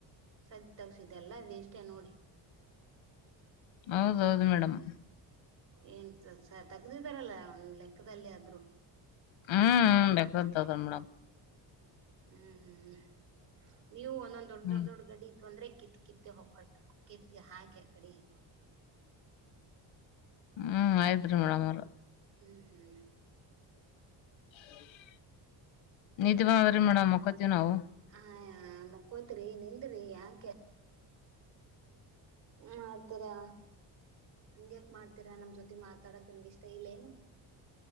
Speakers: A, on the right; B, on the left.
A: ಸದ ತಗಸಿದೆಲ್ಲ ವೇಸ್ಟ್ ನೋಡಿ
B: ಹೌದೌದು ಮೇಡಮ್
A: ಏನು ಸ ತೆಗದಿದ್ದಾರಲ್ಲ ಒಂದು ಲೆಕ್ಕದಲ್ಲಿ ಆದರೂ
B: ಹ್ಮ ಬೇಕತದ ಮೇಡಂ
A: ಹ್ಮ್ ಹ್ಮ್ ಹ್ಮ್ ನೀವು ಒಂದೊಂದ್ ದೊಡ್ಡ
B: ಹ್ಮ್
A: ದೊಡ್ಡ ದೊಡ್ ಗಡಿ ಇತ್ತು ಅಂದ್ರೆ ಕಿತ್ತಿ ಕಿತ್ತಿ ಹೊಕಟ ಕಿತ್ಲಿ ಹಾಕಿ ಆಕಡಿ <inaudible>
B: ಹ್ಮ್ ಆಯ್ತ್ ರೀ ಮೇಡಮ್ ಅವರು
A: ಹ್ಮ್ ಹ್ಮ್
B: <inaudible> ಬಂದದ್ರಿ ಮೇಡಮ್ ಮಕ್ಕೋತೀವಿ ನಾವು
A: ಆ ಮಕ್ಕೋತ್ರಿ ನಿನ್ ರೀ ಯಾಕೆ ಮಾಡ್ತೀರಾ ಹಂಗ್ಯಾಕ ಮಾಡ್ತೀರಾ ನಮ್ಮ ಜೊತೆ ಮಾತಾಡಕ್ ನಿಮ್ಗಿಷ್ಟ ಇಲ್ಲ ಏನು